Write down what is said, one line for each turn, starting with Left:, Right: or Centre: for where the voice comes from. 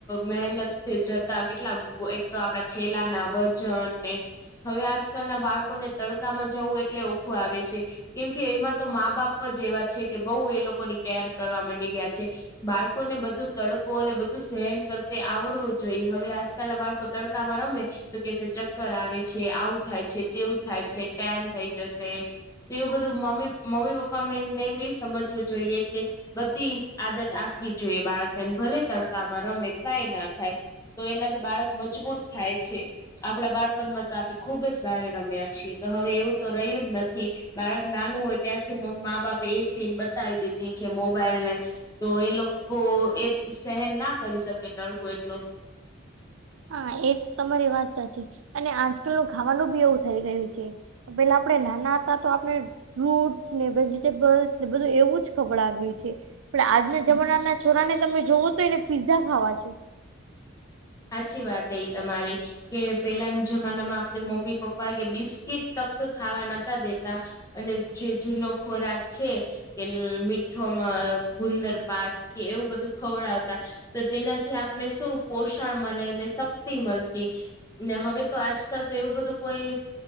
Left: મહેનત જતા, કેટલા એક તો આપડા છેલા ના વજન ને હવે આજકાલ ના બાળકો ને તડકામાં જવું એટલે ઓખું આવે છે. કેમ કે એમાં તો મા બાપ જ એવા છે કે બઉ એ લોકોની કેર કરવા માંડી ગયા છે. બાળકોને બધું તડકો અને બધું સહન કરતી આવડવું જોઈએ હવે આજ લા બાળકો તડકામાં રમે તો કે ચક્કર આવે છે, આવું થાય છે તેવું થાય છે ટેન થઈ જશે. એવું બધું, મમ્મી, મમ્મી, પપ્પાને બી સમજવું જોઈએ કે બધી આદત આપવી જોઈએ બાળકને, ભલે તડકામાં રમે, કંઈ ના થાય. તો એનાથી બાળક મજબૂત થાય છે. આપણા બાળપણમાં તો આપણે ખુબ જ બારે રમ્યા છીએ, તો હવે એવું તો રહ્યું જ નથી. બાળક નાનું હોય ત્યાંથી મા-બાપે એ સીન બતાવી દીધી છે, મોબાઈલ ને તો એ લોકો એ સહેન ના કરી શકે તડકો એટલો.
Right: હા, એ તમારી વાત સાચી. અને આજકાલ નું ખાવાનું બી એવું થઈ ગયું છે. પેલા આપણે નાના હતા, તો આપણે ફ્રૂટસ ને વેજી. બધું એવું જ ખબર આવ્યું છે, પણ આજના જમાનાના છોરાને તમે જોવો તોય ને. પિઝા ખાવા છે.
Left: સાચી વાત એ તમારી. કે પેલાના જમાનામાં આપણે મમ્મી પપ્પા કે બિસ્કીટ તક ખાવા નતા દેતા. અને જે જૂનો ખોરાક છે. કે મીઠોમાં ગુંદર પાક કે એવું બધું ખવડાવતા. તો તેનાથી આપણે શું પોષણ પોષણ મળે મને ને શક્તિ મળતી, ને હવે તો આજકાલ તો એવું બધું કોઈ